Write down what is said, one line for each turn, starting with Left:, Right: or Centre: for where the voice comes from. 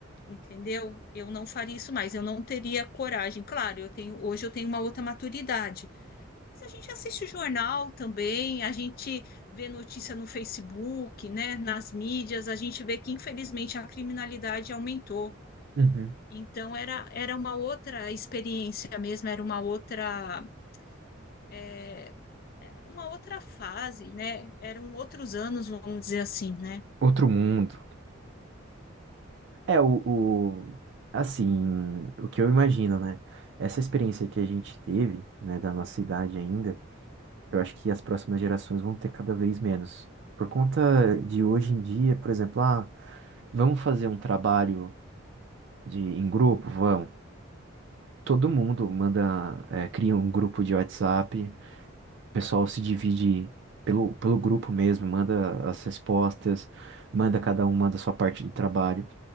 Left: entendeu? Eu não faria isso mais, eu não teria coragem. Claro, eu tenho, hoje eu tenho uma outra maturidade, mas a gente assiste jornal também, a gente vê notícia no Facebook, né, nas mídias, a gente vê que infelizmente a criminalidade aumentou.
Right: Uhum.
Left: Então era, era uma outra experiência mesmo, era uma outra é, uma outra fase, né? Eram outros anos, vamos dizer assim, né?
Right: Outro mundo. É, o, o- assim, o que eu imagino, né? Essa experiência que a gente teve, né, da nossa idade ainda. Eu acho que as próximas gerações vão ter cada vez menos. Por conta de hoje em dia, por exemplo, ah, vamos fazer um trabalho de, em grupo? Vamos. Todo mundo manda, eh, cria um grupo de WhatsApp, o pessoal se divide pelo, pelo grupo mesmo, manda as respostas, manda cada um, manda a sua parte do trabalho.